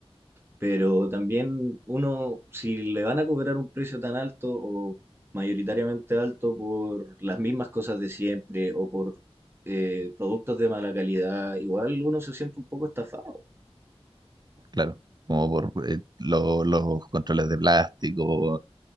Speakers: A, on the right; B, on the right.
A: Pero también uno, si le van a cobrar un precio tan alto o mayoritariamente alto por las mismas cosas de siempre o por eh, productos de mala calidad, igual uno se siente un poco estafado.
B: Claro, como por eh, lo- los controles de plástico